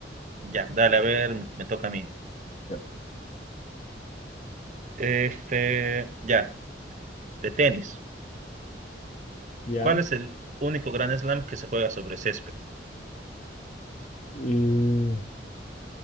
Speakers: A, on the right; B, on the left.
A: Ya, dale, a ver, me toca a mí.
B: Ya.
A: Este, ya, de tenis.
B: ya.
A: ¿Cuál es el único Grand Slam que se juega sobre césped?
B: Y,